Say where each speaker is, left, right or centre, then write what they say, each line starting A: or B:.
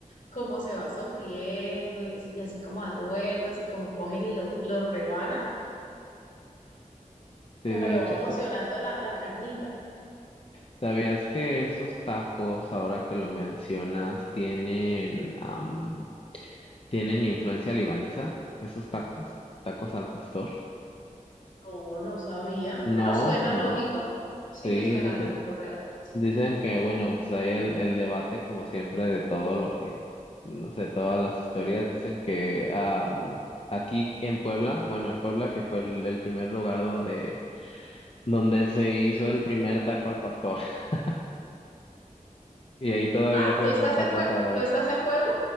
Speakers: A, on the left; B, on the left.
A: cómo se va sofriendo y, es- y así como dando vueltas y como cogen y lo, lo rebanan,
B: sí,
A: como
B: de
A: lo
B: hecho.
A: van porcionando
B: sa-
A: la, la carnita.
B: ¿Sabías que esos tacos, ahora que lo mencionas, tienen, am, tienen influencia libanesa? ¿Esos tacos? ¿Tacos al pastor?
A: No, no sabía,
B: No,
A: pero suena
B: no,
A: lógico, sí
B: sí,
A: me suena
B: dice.
A: lógico realmente.
B: Dicen que, bueno, pues ahí el, el debate, como siempre, de todo lo que, no sé, todas las historias, dicen que am, aquí en Puebla, bueno, en Puebla, que fue el, el primer lugar donde, donde se hizo el primer taco al pastor, <laughs> y ahí todavía
A: Ah,
B: se
A: ¿tú
B: venden
A: estás
B: tacos
A: en, Pue-
B: árabes.
A: tú estás en Puebla?